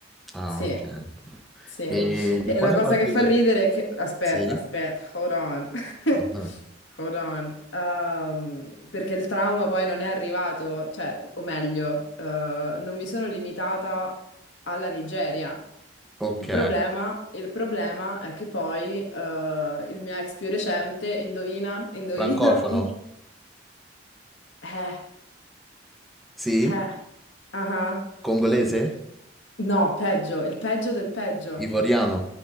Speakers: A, in the centre; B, on the left.
A: Ah,
B: sì,
A: ok.
B: sì. E
A: E di quale
B: la cosa
A: parte
B: che fa
A: del...
B: ridere è che... Aspetta,
A: Sì?
B: aspetta, hold on. <laughs>
A: Ah,
B: Hold on. Ehm, perché il trauma poi non è arrivato, cioè, o meglio, eh, non mi sono limitata alla Nigeria.
A: Ok.
B: Il problema, il problema è che poi eh, il mio ex più recente, indovina, indovina,
A: Francofono?
B: in- eh,
A: Sì?
B: eh, ah ah.
A: Congolese?
B: No, peggio, il peggio del peggio.
A: Ivoriano?